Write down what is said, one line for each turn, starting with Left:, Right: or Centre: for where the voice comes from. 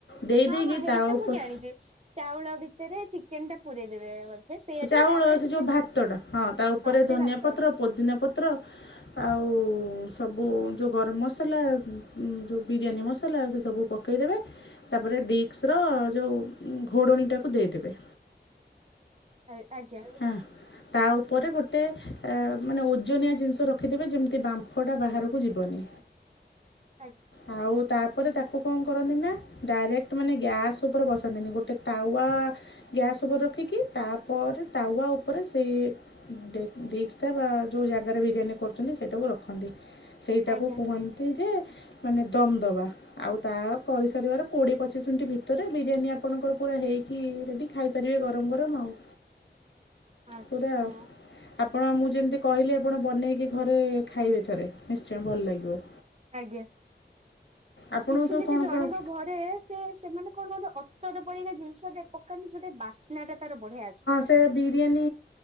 Left: ଦେଇ
Right: ହଁ
Left: ଦେଇକି
Right: ହଁ ହେଇଟା
Left: ତା ଉପରେ
Right: ମୁଁ ଜାଣିଚି। ଚାଉଳ ଭିତରେ ଚିକେନ୍ ଟା ପୂରେଇ ଦେବେ। ସେଇଆଟି
Left: ଚାଉଳ
Right: ତାପରେ
Left: ସେ
Right: ଟିକେ
Left: ଯୋଉ ଭାତଟା। ହଁ ତା ଉପରେ
Right: ସେ
Left: ଧନିଆ
Right: ଭାତ
Left: ପତ୍ର, ପୋଦିନା ପତ୍ର, ଆଉ ସବୁ ଯୋଉ ଗରମ ମସଲା, ଯୋଉ ବିରିୟାନୀ ମସଲା, ସେ ସବୁ ପକ ପକେଇଦେବେ ତାପରେ ଡିସ୍ସର ଯୋଉ ଘୋଡ଼ଣୀଟାକୁ ଦେଇଦେବେ।
Right: ଆ-ଆଜ୍ଞା।
Left: ହଁ ତା ଉପରେ ଗୋଟେ ମାନେ ଓଜନିଆ ଜିନିଷ ର ରଖିଦେବେ, ଯେମିତି ବାମ୍ଫଟା ବାହାରକୁ ଯିବନି।
Right: ଆଚ୍ଛ୍।
Left: ଆଉ ତାପରେ ତାକୁ କଣ କରନ୍ତି ନା ଡାଇରେକ୍ଟ ମାନେ ଗ୍ୟାସ୍ ଉପରେ ବସାନ୍ତିନି। ଗୋଟେ ତାୱା ଗ୍ୟାସ୍ ଉପରେ ରଖିକି, ତାପରେ ତାୱା ଉପରେ ସେଇ ଡି-ଡ଼ିସ୍ ଟା ବା ଯୋଉ ଜାଗାରେ ବିରିୟାନୀ କରୁଛନ୍ତି ସେଇଟାକୁ ରଖନ୍ତି। ସେଇଟାକୁ
Right: ଆଜ୍ଞା
Left: କୁହନ୍ତି ଯେ ମାନେ ଦମ୍ ଦବା। ଆଉ ତା କରି ସାରିବାର କୋଡ଼ିଏ, ପଚିଶି ମିନିଟ୍ ଭିତରେ ବିରିୟାନୀ ଆପଣଙ୍କର ପୁରା ହେଇକି ରେଡ଼ି। ଖାଇପାରିବେ ଗରମ ଗରମ ଆଉ।
Right: <inaudible> ଆଚ୍ଛା
Left: ପୁରା ଆଉ। ଆପଣ ମୁଁ ଯେମିତି କହିଲି ଆପଣ ବନେଇକି ଘରେ ଖାଇବେ ଥରେ ନିଶ୍ଚୟ ଭଲ ଲାଗିବ।
Right: ଆଜ୍ଞା।
Left: ଆପଣଙ୍କୁ
Right: କିଛି
Left: ସବୁ
Right: କିଛି
Left: କଣ
Right: ଜଣକ
Left: କଣ
Right: ଘରେ ସେ ସେମାନେ କଣ ଗୋଟେ ଅତର ପରିକା ଜିନିଷଟେ ପକାନ୍ତି, ଯୋଉଟେ ବାସ୍ନା ଟା ତାର ବଢ଼ଆ ଆସେ।
Left: ସେ ବିରିୟାନୀ